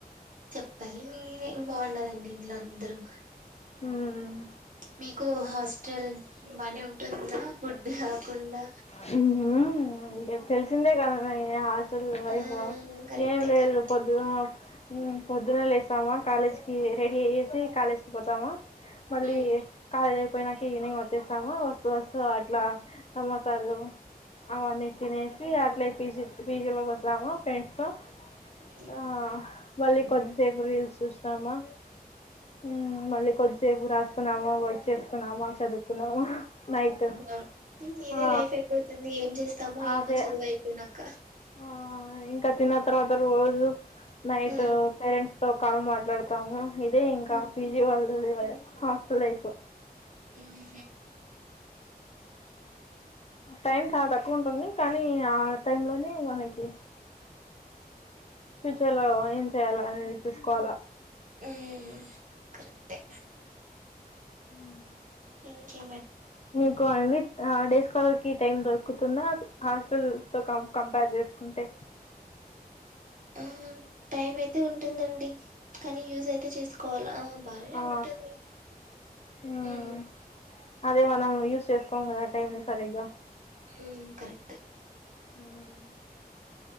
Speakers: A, on the right; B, on the left.
A: చెప్పాలి మీ మేం బాగున్నారండి ఇంట్లో అందరం
B: హ్మ్
A: మీకు హాస్టల్ బానే ఉంటుందా ఫుడ్ కాకుండా
B: హ్మ్ మ్మ్ ఇంగ తే తిన్లేద ఇంగ హాస్టల్ లైఫ్
A: ఆ కరెక్టే
B: ఏం లేదు
A: కరెక్టే
B: పొద్దున మ్మ్ పొద్దున్న లేస్తామా కాలేజ్ కి రెడీ అయేసి కాలేజ్ కి పోతామా మళ్ళీ
A: ఉమ్
B: కాలేజ్ ఐపో పోయినాక ఈవినింగ్ వచ్చేస్తాము వస్తూ వస్తూ అట్లా సమోసాలు అవన్నీ తినేసి అట్లే పీజీ పీజీలోకి వస్తాము ఫ్రెండ్స్ తో
A: ఓకే.
B: ఆ మళ్ళీ కొద్దిసేపు రీల్స్ చూస్తామా మ్మ్ మళ్ళీ కొద్ది సేపు రాసుకున్నామా వర్క్ చేసుకున్నామా చదువుకున్నామా నైట్
A: పడుకున్నావా హ్మ్మ్ ఇదే
B: ఆ
A: లైఫ్ అయిపోతుంది ఏం చేస్తామో ఏమో
B: అదే
A: చదువు అయిపోయినా అక్క
B: ఆ ఇంకా తిన తర్వాత రోజు నైట్
A: హ్మ్.
B: పేరెంట్స్ లో కాల్ మాట్లాడ్తాము. ఇదే ఇంకా
A: హ్మ్.
B: పీజీ వాళ్ళది హాస్టల్ లైఫ్
A: ఉహు
B: టైం చాలా తక్కువ ఉంటుంది కానీ ఆ టైమ్ లోనే మనకి ఫ్యూచర్ లో ఏం చేయ్యాలా అనేది చూసుకోవాలా
A: హ్మ్మ్ కరెక్ట్ యే
B: హ్మ్మ్
A: ఏం చే
B: మీకు అండి ఆ డేస్ కాలర్కి టైం దొరుకుతుందా హాస్టల్తో కం కంపేర్ చేస్కుంటే
A: ఆ టైం అయితే ఉంటుందండి కానీ యూస్ అయితే చేసుకోవాల బానే
B: ఆ
A: ఉంటుంది.
B: ఉమ్
A: మ్
B: అదే మనం యూస్ చేసుకోం కదా టైంని సరిగ్గా
A: మ్ కరెక్ట్
B: హ్